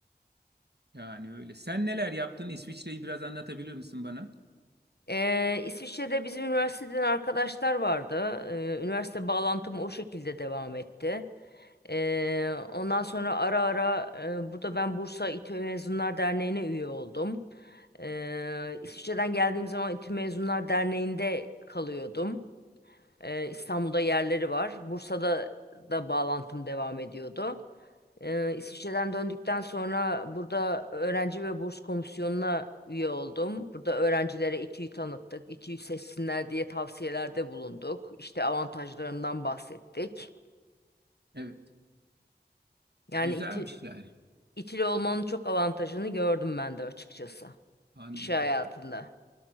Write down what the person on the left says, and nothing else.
Ee, İsviçre'de bizim üniversiteden arkadaşlar vardı. Ee, üniversite bağlantım o şekilde devam etti. Ee, ondan sonra ara ara e, burada ben Bursa İTÜ Mezunlar Derneği'ne üye oldum. Ee, İsviçre'den geldiğim zaman İTÜ Mezunlar Derneği'nde kalıyordum. Ee, İstanbul'da yerleri var. Bursa'da da bağlantım devam ediyordu. Ee, İsviçre'den döndükten sonra burada öğrenci ve burs komisyonuna üye oldum. Burada öğrencilere İTÜ'yü tanıttık. İTÜ'yü seçsinler diye tavsiyelerde bulunduk. İşte avantajlarından bahsettik.
Yani
İTÜ,
İTÜ'lü olmanın çok avantajını gördüm ben de açıkçası.
İş hayatında,